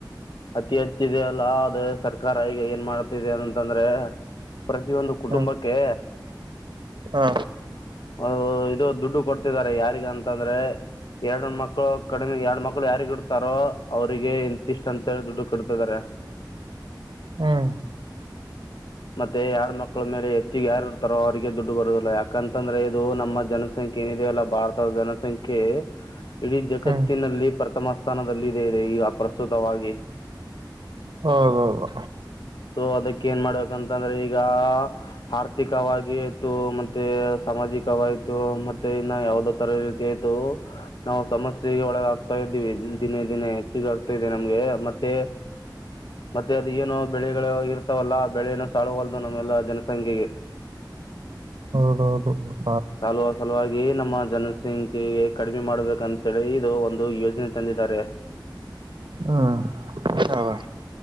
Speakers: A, on the left; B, on the right.
A: ಅತಿ ಹೆಚ್ಚಿದೆ ಅಲ್ಲ ಅದ ಸರ್ಕಾರ ಈಗ ಏನ್ ಮಾಡ್ತಿದೆ ಅನಂತಂದ್ರೆ ಪ್ರತಿಯೊಂದು ಕುಟುಂಬಕ್ಕೆ
B: ಹ್ಮ್ ಹಾ
A: ಅದು ಇದು ದುಡ್ಡು ಕೊಡ್ತಿದ್ದಾರೆ ಯಾರಿಗ ಅಂತ ಅಂದ್ರೆ ಎರಡ್ ಮಕ್ಳು ಕಡಿಮೆ ಎರಡ್ ಮಕ್ಳು ಯಾರಿಗ ಇಡ್ತಾರೋ ಅವ್ರಿಗೆ ಇಂತಿಷ್ಟ ಅಂತ ದುಡ್ಡು ಕೊಡ್ತಿದ್ದಾರೆ
B: ಹ್ಮ್
A: ಮತ್ತೆ ಯಳು ಮಕ್ಕಳ ಮೇಲೆ ಹೆಚ್ಚುಿಗೆ ಯಾರ ತರ ಅವರಿಗೆ ದುಡ್ಡು ಬರುದಿಲ್ಲ ಯಾೆ ಕಂತಂದ್ರೆ ದು ನಮ್ಮ ಜನಸಂಖ್ಯೆ ಏನಿದೆ ಅಲ್ಲ ಭಾರತದ ಜನಸಂಖ್ಯೆ ಇಡೀ ಜಗತ್ತಿನಲ್ಲಿ
B: ಹ್ಮ್
A: ಪ್ರಥಮ ಸ್ಥಾನದದಲ್ಲಿ ಇದೆ ಇದೆ ಈಗ ಪ್ರಸ್ತುತವಾಗಿ
B: ಹೌದೌದು
A: ಸೊ ಅದಕ್ಕೆ ಏನ್ ಮಾಡ್ಬೇಕಂತಂದ್ರೆ ಈಗ ಆರ್ಥಿಕವಾಗಿ ಆಯ್ತು ಮತ್ತೆ ಸಾಮಾಜಿಕವಾಯ್ತು ಮತ್ತೆ ಇನ್ನ ಯಾವದೋ ತರ ಈ ರೀತಿ ಆಯ್ತು ನಾವು ಸಮಸ್ಯೆಗೆ ಒಳಗಾಗಗ್ತಾ ಇದ್ದೀವಿ ದಿನೇ ದಿನೇ ಹೆಚ್ಚಿಗ ಆಗ್ತಾ ಇದೆ ನಮ್ಗೆ ಮತ್ತೆ ಮತ್ತೆ ಅದ ಏನೋ ಬೆಳೆಗಳು ಇರ್ತಾವಲ್ಲ ಬೆಳೆಯನ್ನು ಸಾಳ್ಗಲ್ದು ನಮ್ಮೆಲ್ಲ ಜನಸಂಖ್ಯೆಗೆ
B: ಹ
A: ಸಲುವ ಸಲುವಾಗಿ ನಮ್ಮ ಜನಸಂಖ್ಯೆಗೆ ಕಡಿಮೆ ಮಾಡಬೇಕಂತೇಳಿ ಇದು ಒಂದು ಯೋಜನೆ ತಂದಿದ್ದಾರೆ
B: ಹ್ಮ್ ಹೌದಾ